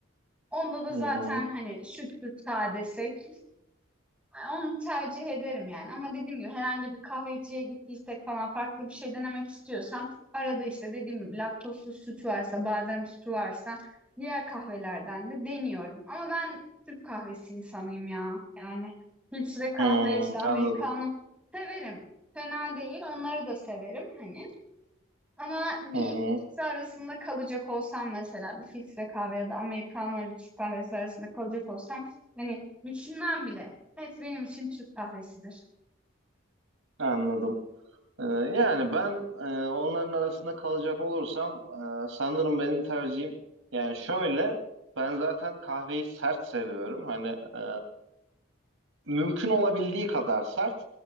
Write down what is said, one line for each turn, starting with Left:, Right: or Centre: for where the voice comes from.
Centre: onda da
Right: Hı
Centre: zaten
Right: hı.
Centre: hani sütlü sade desek onu tercih ederim yani. Ama dediğim gibi herhangi bir kahveciye gittiysek falan farklı bir şey denemek istiyorsam arada işte dediğim gibi laktozsuz süt varsa, badem sütü varsa diğer kahvelerden de deniyorum. Ama ben Türk kahvesi insanıyım ya. Yani filtre kahve
Right: Hmm,
Centre: işte Amerikanım
Right: anladım.
Centre: severim. Fena değil. Onları da severim hani. Ama bir
Right: Hı hı.
Centre: ikisi arasında kalacak olsam mesela bir filtre kahve ya da americano ile Türk kahvesi arasında kalacak olsam hani düşünmem bile. Evet benim için Türk kahvesidir.
Right: Anladım. Ee, Yani ben e, onların arasında kalacak olursam e, sanırım benim tercihim yani şöyle ben zaten kahveyi sert seviyorum. Hani e, mümkün olabildiği kadar sert